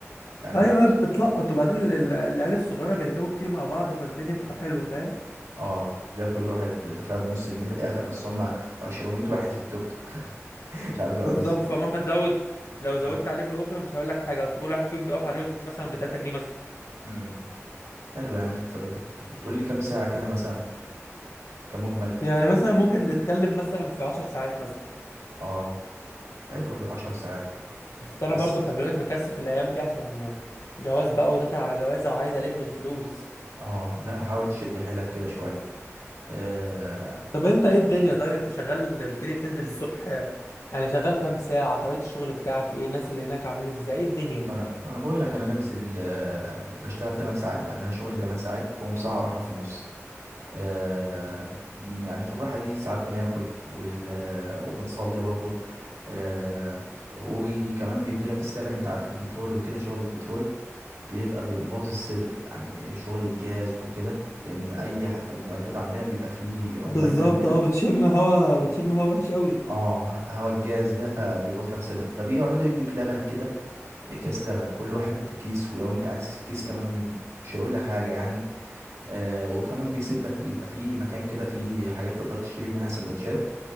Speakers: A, on the right; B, on the left.
A: يعني
B: ايوه
A: ايه الرقم؟
B: أيوة، بتلقط وبعدين ال- ال- العيال الصغيره بيركبوا كتير مع بعض فالدنيا بتبقى حلوه فاهم
A: اه تلاقي كل واحد دفع له نص جنيه في الاخر بس هم 200 واحد في التوك توك <laughs> مش عارف بيقعدوا
B: بالظبط
A: ازاي
B: فمهما تزود لو زودت
A: مم.
B: عليهم الأجرة مش هقول لك حاجة أصل كل واحد فيهم بيقف عليهم مثلا بتلاتة جنيه مثلا
A: مم. حلو يعني بت... بت... بتقول لي كام ساعة كده مثلا كمجمل
B: يعني مثلا ممكن نتكلم نتكلم مثلا في عشر ساعات مثلا
A: اه حلو 10 ساعات
B: بس أنا
A: بس
B: برضو خلي بالك مكثف الأيام دي عشان جواز بقى وداخل على جوازة وعايز ألم الفلوس
A: اه لا حاول تشد حيلك كده شويه آه
B: طب انت ايه الدنيا طيب انت شغال قلت لي بتنزل الصبح يعني شغال كام ساعة طبيعة الشغل بتاعك ايه الناس اللي هناك عاملين ازاي ايه الدنيا
A: ما انا انا بقول لك انا بنزل آه بشتغل 8 ساعات يعني انا شغلي 8 ساعات فيهم ساعه راحه في النص آه يعني في الراحه دي ساعات بناكل وال... آه، وبنصلي برضو آه وكمان بيدونا كيس لبن انت عارف البترول وكده شغل البترول بيبقى بيبوظ الصدر يعني شغل الجاز وكده لان اي ح- المعدات عندنا بيبقى فيه عمال
B: بالظبط
A: جنبنا
B: اه بتشم هوا بتشم هوا وحش قوي
A: اه هوا الجاز ده فبيبوظ لك صدرك فبيقعدوا يدوك لبن كده كيس لبن كل واحد كيس ولو انت عايز كيس كمان م- مش هيقول لك حاجه يعني آه وكمان بيسيب لك بيبقى في مكان كده فيه حاجات تقدر تشتري منها سندوتشات